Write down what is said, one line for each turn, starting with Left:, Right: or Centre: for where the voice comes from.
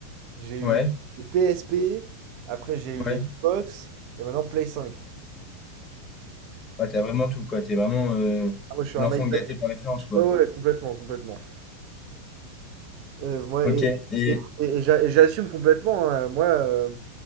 Right: j'ai eu
Left: ouais,
Right: les PSP, après j'ai
Left: ouais.
Right: eu les Xbox, et maintenant Play 5.
Left: Ouais, t'as vraiment tout, quoi. T'es vraiment euh,
Right: Ah, moi, je suis
Left: l'enfant
Right: un iPad,
Left: gâté par référence, quoi.
Right: ouais, ouais, complètement, complètement. Euh, moi,
Left: Ok,
Right: et,
Left: et...
Right: et- et- et j'a- et j'assume complètement, hein. moi, euh,